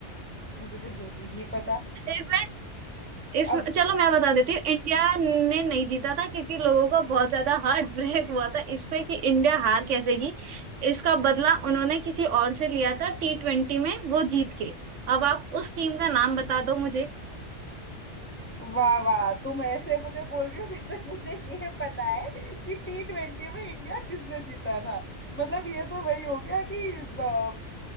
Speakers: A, on the left; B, on the right.
A: मुझे तो यही नहीं पता
B: इसमें इसमें
A: अब
B: चलो मैं बता देती हूँ इंडिया ने नहीं जीता था क्योंकि लोगों का बहुत ज्यादा हार्ट <laughs> ब्रेक हुआ था इससे कि इंडिया हार कैसे गई इसका बदला उन्होंने किसी और से लिया था टी ट्वेंटी में वो जीत के अब आप उस टीम का नाम बता दो मुझे
A: वाह वाह तुम ऐसे मुझे बोल रही हो जैसे <laughs> मुझे ये पता है कि टी ट्वेंटी में इंडिया किससे जीता था मतलब ये तो वही हो गया कि अ,